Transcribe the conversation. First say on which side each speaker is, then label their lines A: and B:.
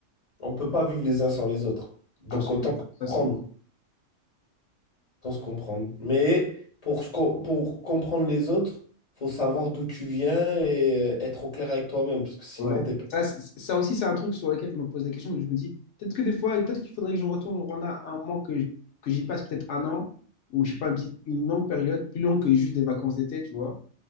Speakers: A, on the left; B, on the left.
A: on ne peut pas vivre les uns sans les autres. Donc
B: absolument.
A: autant
B: Ça,
A: prendre.
B: c'est
A: Sans se comprendre. Mais pour, se co- pour comprendre les autres, faut savoir d'où tu viens et euh, être au clair avec toi-même, parce que sinon,
B: Ouais.
A: t'es pas.
B: Ça, c'est- ça aussi, c'est un truc sur lequel je me pose la question mais je me dis, peut-être que des fois, peut-être qu'il faudrait que je retourne au Rwanda un mois, que, j- que j'y passe peut-être un an, ou je sais pas, une petite, une longue période, plus longue que juste des vacances d'été, tu vois,